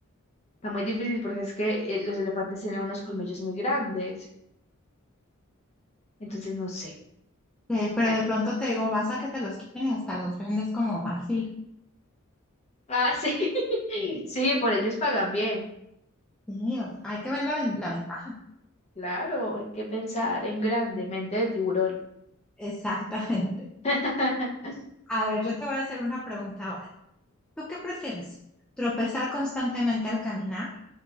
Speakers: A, on the left; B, in the centre.
A: Está muy difícil porque es que eh, los elefantes tienen unos colmillos muy grandes. Entonces no sé.
B: Eh, pero
A: Bueno.
B: de pronto te digo, vas a que te los quiten y hasta los vendes como marfil.
A: Ah, sí. <laughs> Sí, por ellos pagan bien.
B: Sí, o sea, hay que ver la, ven- la ventaja.
A: Claro, hay que pensar en grande, mente de tiburón.
B: Exactamente.
A: <laughs>
B: A ver, yo te voy a hacer una pregunta ahora. ¿Tú qué prefieres? ¿Tropezar constantemente al caminar